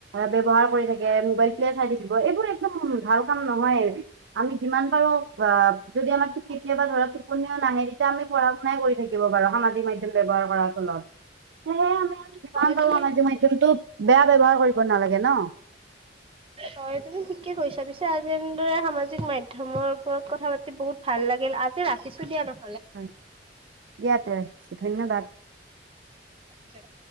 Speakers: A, on the right; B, on the right.
A: ব্যৱহাৰ কৰি থাকে উম। মোবাইল টোৱে চাই থৈ দিব এইবোৰ একদম ভাল। কাম নহয়, আমি যিমান পাৰোঁ বা যদি আমাৰ কেতিয়াবা ধৰক। কোনেও নাহে তেতিয়া আমি পঢ়া শুনাই কৰি থাকিব বাৰু সামাজিক মাধ্যম ব্যৱহাৰ কৰাৰ ফলত, সেয়েহে আমি <unintelligible> সামাজিক
B: হয় তুমি
A: মাধ্যমতটো বেয়া ব্যৱহাৰ কৰিব নালাগে ন'।
B: হয় তুমি ঠিকে কৈছা, পিছে আজি এনেদৰে সামাজিক মাধ্যমৰ ওপৰত কথা পাতি বহুত ভাল লাগিল। আজি ৰাখিছোঁ দিয়া ন'
A: হয়, দিয়া তে ৰাখিছো ধন্যবাদ।
B: হলে